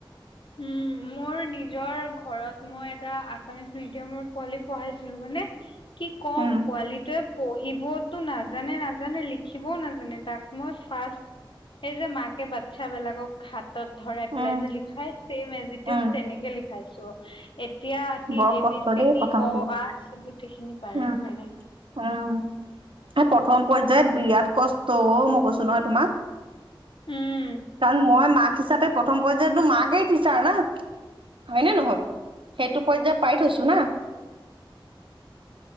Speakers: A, on the left (about 70°); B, on the right (about 70°).
A: উম মোৰ নিজৰ ঘৰত মই এটা আছামিচ মিডিয়ামৰ পোৱালি পঢ়াইছিলো মানে কি ক'ম
B: উম
A: পোৱালিটোয়ে পঢ়িবতো নাজানে নাজানে লিখিবও নাজানে তাক মই ফাৰ্ষ্ট এই যে মাকে বাতছা বিলাকক হাত তত ধৰাই পেলাই
B: উম
A: যে লিখাই, ছেম এজিটিভ
B: উম
A: তেনেকে লিখাইছো। এতিয়া আহি
B: বৰ
A: এ
B: কষ্ট
A: বি চি
B: দেই
A: ডি
B: প্ৰথমখিনি
A: অ আ গোটেইখিনি পাৰে
B: উম
A: মানে
B: উম এই প্ৰথম পৰ্যায় বিৰাট কষ্ট অ মই কৈছো নহয় তোমাক
A: উম
B: কাৰণ মই মাক হিচাপে প্ৰথম পৰ্যায়তো মাকেই থটিছাৰ না। হয়নে নহয় সেইটো পৰ্যায়ত পাই থৈছো না।
A: উ <inaudible>